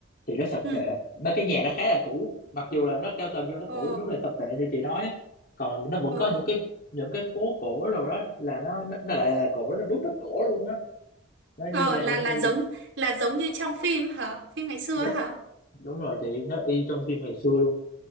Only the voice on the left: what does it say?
thì nó sập
sệ mấy cái nhà nó khá là cũ mặc dù là nó cao tầng nhưng nó
cũ đúng là sập sệ như chị nói á còn nó vẫn
có những cái những cái phố cổ rồi đó là nó nó, nó lại là cổ nó đúng là cổ luôn á nó
như là
MB
Dạ,
đúng rồi chị nó y trong phim ngày xưa luôn